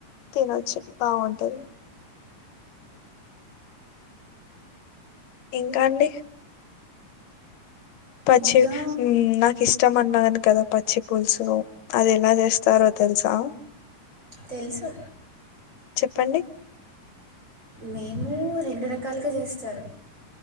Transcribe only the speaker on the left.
తినొచ్చు బాగుంటది ఇంకా అండి పచ్చి
నాకు ఇష్టం అన్నాను కదా పచ్చి పుల్సు అది ఎలా చేస్తారో తెలుసా
చెప్పండి